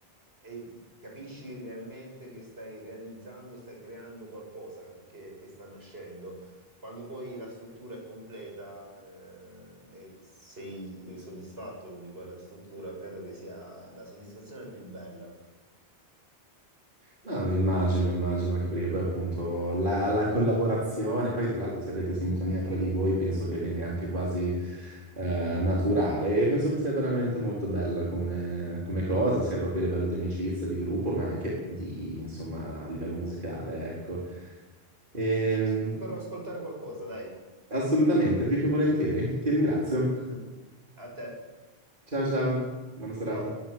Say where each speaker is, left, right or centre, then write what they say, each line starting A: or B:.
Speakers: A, on the right (about 75°); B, on the right (about 55°).
A: e capisci realmente che stai realizzando, stai creando qualcosa che, che sta nascendo. Quando poi la struttura è completa, eh, e sei eh, soddisfatto di quella struttura, credo che sia la soddisfazione più bella.
B: No, immagino, immagino, anche perché poi appunto la, la collaborazione, poi tra l'altro se avete sintonia tra di voi penso che venga anche quasi eh, naturale e penso che sia veramente molto bella come, come cosa, sia proprio a livello di amicizia, di gruppo, ma anche di, insomma, a livello musicale, ecco. Ehm,
A: Sì, sì, sì, sì. Ti farò ascoltare qualcosa, dai.
B: assolutamente, più che volentieri. Ti ringrazio.
A: <laughs> A te.
B: Ciao ciao, buona serata.
A: Ciao.